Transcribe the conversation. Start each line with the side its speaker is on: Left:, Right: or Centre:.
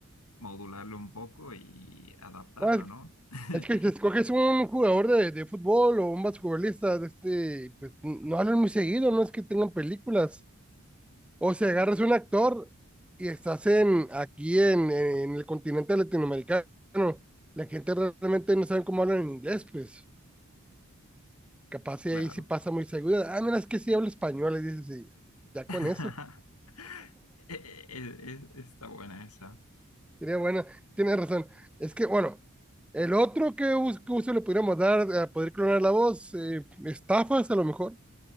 Left: modularlo un poco y adaptarla,
Centre: Ah,
Left: ¿no? <laughs>
Centre: Es que si escoges un jugador de, de fútbol o un basquetbolista de este, pues n- no hablan muy seguido, no es que tengan películas. O si agarras un actor y estás en, aquí en, en el continente latinoamericano, la gente realmente no sabe cómo hablan en inglés, pues capaz
Left: Claro.
Centre: y ahí sí pasa muy seguido. Ah, mira, es que sí habla español, y dices, sí, ya con
Left: <laughs>
Centre: eso,
Left: E- e- e- Está buena esa.
Centre: sería buena, tienes razón. Es que, bueno, el otro que us- que uso le podríamos dar a poder clonar la voz, eh, estafas a lo mejor.